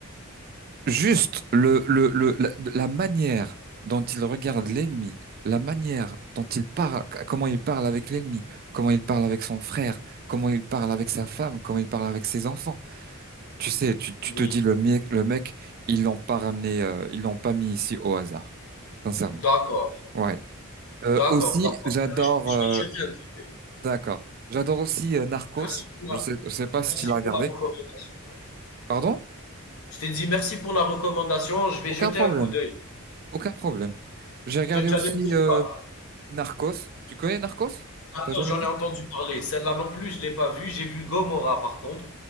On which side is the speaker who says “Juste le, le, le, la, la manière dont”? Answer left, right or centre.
Right